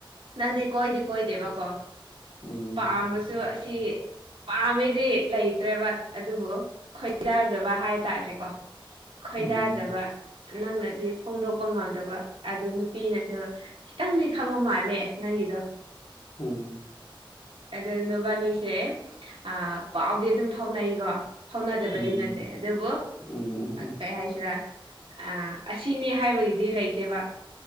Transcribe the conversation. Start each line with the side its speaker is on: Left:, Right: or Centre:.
Right: ꯅꯪꯗꯤ ꯀꯣꯏꯗꯤ ꯀꯣꯏꯗꯦꯕꯀꯣ
Left: ꯎꯝ
Right: ꯄꯥꯝꯕꯁꯨ ꯑꯁꯤ ꯄꯥꯝꯃꯤꯗꯤ ꯂꯩꯇ꯭ꯔꯦꯕ ꯑꯗꯨꯕꯨ ꯈꯣꯏꯗꯥꯖꯕ ꯍꯥꯏꯇꯥꯔꯦꯀꯣ ꯈꯣꯏꯗꯥꯖꯕ
Left: ꯎꯝ
Right: ꯅꯪꯅꯗꯤ ꯐꯣꯡꯗꯣꯛꯄ ꯉꯝꯗꯕ ꯑꯗꯨ ꯅꯨꯄꯤꯅꯁꯨ ꯈꯤꯇꯪꯗꯤ ꯈꯪꯕ ꯃꯥꯟ ꯂꯦ ꯅꯪꯒꯤꯗꯣ
Left: ꯎꯝ
Right: ꯑꯗꯨ ꯅꯕꯥꯅꯤꯁꯦ ꯑ ꯄꯥꯎꯗꯤ ꯑꯗꯨꯝ ꯐꯥꯎꯅꯩꯀꯣ ꯐꯥꯎꯅꯗꯕꯗꯤ
Left: ꯎꯝ
Right: ꯅꯠꯇꯦ ꯑꯗꯨꯕꯨ
Left: ꯎꯝ ꯎꯝ ꯎꯝ
Right: ꯀꯩ ꯍꯥꯏꯁꯤꯔꯥ ꯑ ꯑꯁꯤꯅꯤ ꯍꯥꯏꯕꯒꯤꯗꯤ ꯂꯩꯇꯦꯕ